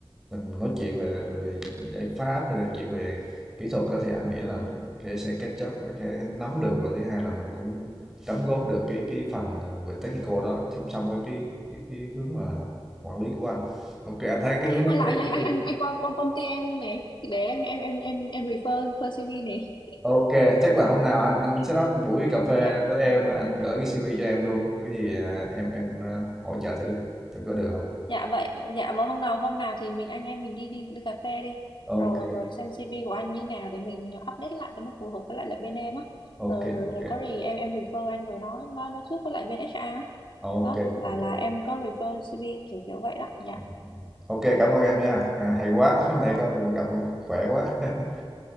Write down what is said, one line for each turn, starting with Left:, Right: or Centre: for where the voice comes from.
Centre: mình nói chuyện về về giải pháp về chuyện về kỹ thuật á thì anh nghĩ là cái sẽ catch up cái nắm được và thứ hai là mình cũng đóng góp được cái cái phần ờ, về technical đó song song với cái cái, cái hướng mà quản lý của anh ok anh thấy cái
Left: Ê,
Centre: hướng đó
Left: hay là
Centre: có vẻ
Left: anh anh anh anh anh qua qua công ty em không này để em em em em em refer refer CV này
Centre: Ok, chắc là hôm nào anh anh set up buổi cà phê
Left: nhỉ
Centre: với em rồi anh gửi cái CV cho em luôn. Có cái gì à, em em à, hỗ trợ thử thử có được không?
Left: Dạ vậy, dạ vâng hôm nào hôm nào thì mình anh em mình đi đi đi cà phê đi.
Centre: Ok,
Left: Rồi rồi xem CV của anh như nào để mình update lại cho nó phù hợp với lại lại bên em á.
Centre: ok,
Left: Rồi, rồi,
Centre: ok.
Left: rồi có gì em em refer anh rồi nói nói nói trước với lại bên HR á.
Centre: Ok,
Left: Đó, là
Centre: ok.
Left: là em có refer CV kiểu kiểu vậy đó. Dạ.
Centre: Ừ, ừ. Ok, cảm ơn em nha. À, hay quá, hôm nay
Left: À,
Centre: có cuộc gặp em khỏe quá. <laughs>